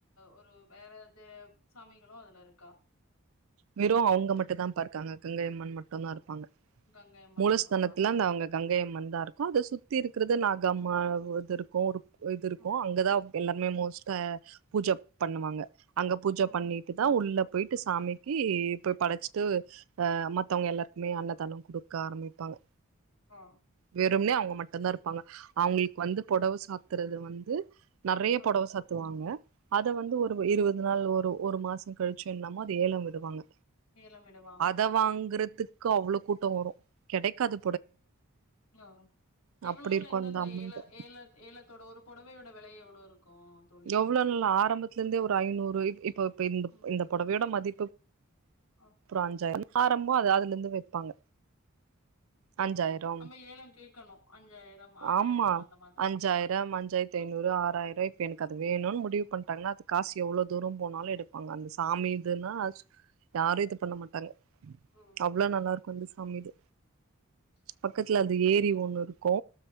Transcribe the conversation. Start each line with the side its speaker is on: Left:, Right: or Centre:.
Left: ஒரு வேறது சாமிகளு அதுல இருக்கா
Right: வெறும் அவங்க மட்டும் தா பா இருக்காங்க கங்கை அம்மன் மட்டும்தான்
Left: ஆ
Right: இருப்பாங்க
Left: கங்கை அம்மன்
Right: மூலஸ்தானத்துல
Left: மட்டும்தான்
Right: அந்த அவங்க கங்கை அம்மன் தான் இருக்கும் அதை சுத்தி இருக்கிறது
Left: ம்
Right: நாக அம்மா இது இருக்கும் இது இருக்கும்
Left: ம்
Right: அங்கதான் எல்லாருமே மோஸ்ட்டா பூஜை பண்ணுவாங்க அங்க பூஜை
Left: ம்
Right: பண்ணிட்டு
Left: ம்
Right: தான் உள்ள போயிட்டு சாமி போய் படச்சிட்டு அ மத்தவங்க எல்லாருக்குமே அன்னதானம் குடுக்க ஆரம்பிப்பாங்க
Left: ஆ
Right: வெறும்னே அவங்க மட்டும்தான் இருப்பாங்க அவங்களுக்கு வந்து புடவ சாத்துறது வந்து நிறைய
Left: ஓ
Right: புடவ சாத்துவாங்க அத வந்து ஒரு இருபது நாள் ஒரு ஒரு மாசம் கழிச்சு என்லாம அது ஏலம் விடுவாங்க
Left: ஏலம் விடுவாங்க
Right: அதை வாங்கறதுக்கு அவ்ளோ கூட்டம் வரும் கிடைக்காது
Left: ஹ எவ்வளோ
Right: அப்டி இருக்கு
Left: எந்தந்த
Right: அந்த அமௌண்ட்டு
Left: ஏல ஏல ஏலத்தோட ஒரு புடவையோட விலை எவ்ளோ இருக்கும் தோழி
Right: எவ்ளோல்ல ஆரம்பத்துல இருந்தே ஒரு ஐநூறு இப்ப இப்ப இந்த
Left: ம்
Right: இந்த புடவையோட மதிப்பு
Left: ஓ
Right: ஒரு அஞ்சாய்ரோ ஆரம்பம் அத அதுல இருந்து வைப்பாங்க
Left: ஓ
Right: அஞ்சாயிரம்
Left: நம்ம ஏலம் கேட்கணும் அஞ்சாயிரம் ஆறாயிரம்
Right: ஆமா
Left: அந்த மாதிரி
Right: அஞ்சாயிரம் அஞ்சாயிரத் தி
Left: ஆ
Right: ஐ்நூறு ஆறாயிர்றுவாய்க் இப்ப எனக்கு அது வேணுன்னு முடிவு பண்டாங்கன்னா அது காசு எவ்லோ தூரம் போனாலும் எடுப்பாங்க அந்த சாமி இதுன்னா யாரு இது பண்ண மாட்டாங்க
Left: ஓ
Right: அவ்ளோ நல்லா இருக்கும் அந்த சாமி இது
Left: ம்
Right: பக்கத்துல அந்த ஏரி ஒண்ணு இருக்கு